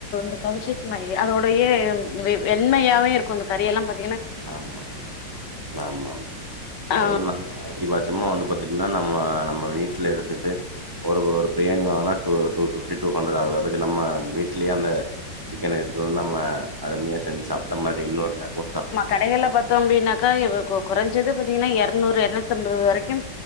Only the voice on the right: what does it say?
ஆமா ஆமா ஆம்
அத நம்ம அதிகபட்சமா வந்து பாத்தீட்டீங்கன்னா நம்ம நம்ம வீட்ல எடுத்துட்டு ஒரு ஒரு பிரியாணிங்க வாங்குன டுபிப்டி டு ஹண்ட்ர்டு ஆகுது அதுக்கு நம்ம விட்லையே அந்த சிக்கன எடுத்துட்டுவந்து நம்ம அருமையா செஞ்சு <unintelligible> சாப்ட மாரி இன்னொரு நேரமும் சாப்